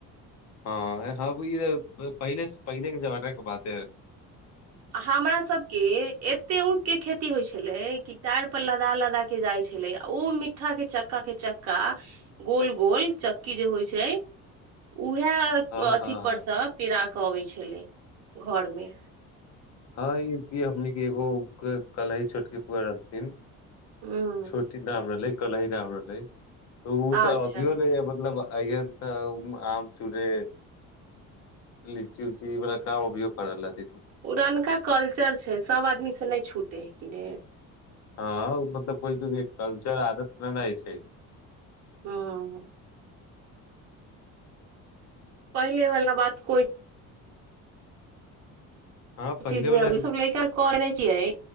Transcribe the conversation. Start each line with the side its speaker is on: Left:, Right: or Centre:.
Left: हँ हँ भ पहिले पहिले के जमाने के बात ह
Right: हमरा सबके एते ऊख के खेती होइ छै छल क टाार पर लदा लदा के जाइ छले आ ओ मिीठ्ठा के चक्का के चक्का गोल गोल चक्की जे होइ छै उएह
Left: हँ
Right: अथी
Left: हँ
Right: परस
Left: हँ
Right: पेड़ कबै छलै घरमे
Left: हँ ई हमन एगो कला ह छोटके पु रहथिन
Right: हूँ
Left: छुटी न हमरा ल क र हमरा ल ओ
Right: अच्छा
Left: तऽ होभौ ने मतलब अ तऽ आम चूड़े लीची उऊची बा क उभोग करल तू
Right: पड़नका कल्चर छै सभ आदमी से नहि छुटै हइ किने
Left: हँ मतलब कोइ को कल्चर आदत गनााय छै
Right: हँ पहिले वाला बात कोइ
Left: हँ
Right: इ
Left: पहिले
Right: चीज मेमे
Left: वाला
Right: अभी सब ले क कोन िय